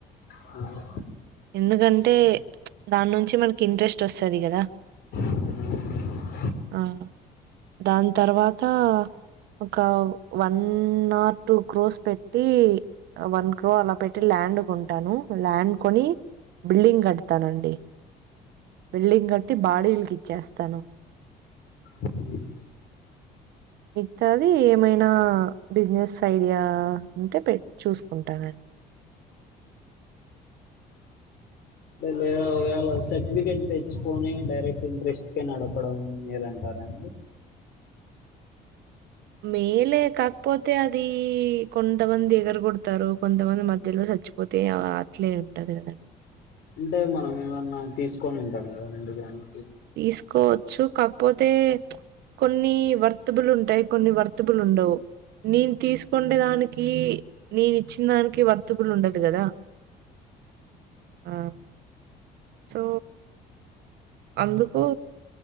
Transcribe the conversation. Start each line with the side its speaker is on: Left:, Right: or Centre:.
Left: అ
Right: ఎందుకంటే దాని నుంచి మనకి ఇంట్రెస్ట్ వస్తది కదా
Left: అంటే
Right: ఆ దాని తర్వాత ఒక వన్ ఆర్ టూ క్రోస్ పెట్టి వన్ క్రో అలా పెట్టి ల్యాండ్ కొంటాను ల్యాండ్ కొని బిల్డింగ్ కడతానండి బిల్డింగ్ కట్టి బాడీగిలకి ఇచ్చేస్తాను
Left: ఉహూ
Right: మిగతాది ఏమైనా బిజినెస్ ఐడియా ఉంటే పెట్ చూసుకుంటానండి
Left: లేదా ఒకవేళ సర్టిఫికేట్ తెచ్చుకొని డైరెక్ట్ ఇంట్రెస్ట్ కే నడపు కోవడం మేలంటారా అండి
Right: మేలే కాకపోతే అది కొంతమంది ఎగర కొడతారు కొంతమంది మధ్యలో చచ్చు పోతే అట్లే ఉంటది కద
Left: అంటే మనం ఏమన్నా తీసుకొని ఉంటాం కదా ముందుగాని
Right: తీసుకోవచ్చు కాకపోతే కొన్ని వర్తుబులు ఉంటాయి కొన్ని వర్తుబులు ఉండవు నేన్ తీస్కొండే దానికి నేనిచ్చిన్ దానికి వర్తబుల్ ఉండదు గదా ఆ సో అందుకూ